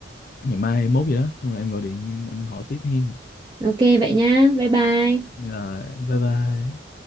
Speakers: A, on the left; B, on the right.
A: ngày mai hai mốt gì đó xong rồi em gọi điện em, em hỏi tiếp hen
B: Ok vậy nhá. Bye bye.
A: rồi bye bye